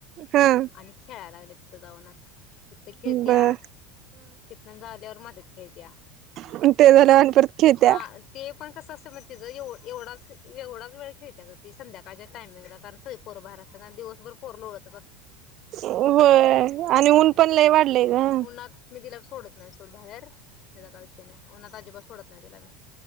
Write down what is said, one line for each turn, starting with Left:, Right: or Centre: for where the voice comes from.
Right: हा
Left: आणि खेळायला लागलेत. तिथं जाऊन आता तिथे खेळतात
Right: बर
Left: तिथं झाल्यावर आता मातीत खेळत्या
Right: मग ते झाल्यावर आणि परत खेळत्या.
Left: हा ते पण कसं असं मग तिचं एव एवढाच एवढाच वेळ खेळत्या. ती संध्याकाळच्या टायमिंगला कारण सगळी पोरं बाहेर असत्यास दिवसभर पोरं लोळत
Right: होय आणि
Left: हम्म
Right: ऊन पण लय वाढलंय ग.
Left: उन्हात मी तिला सोडत नाही सोड बाहेर ह्याचा काय विषय नाही ऊन्हात अजिबात सोडत नाही तिला मी